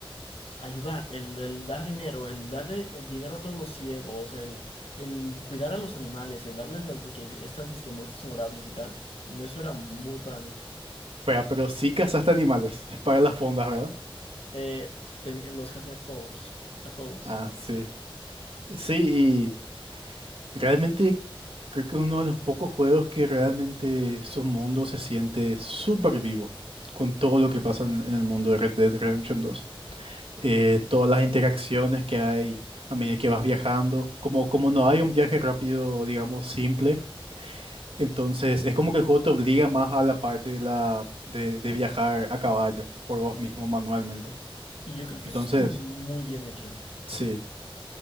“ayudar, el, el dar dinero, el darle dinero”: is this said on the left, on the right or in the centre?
Left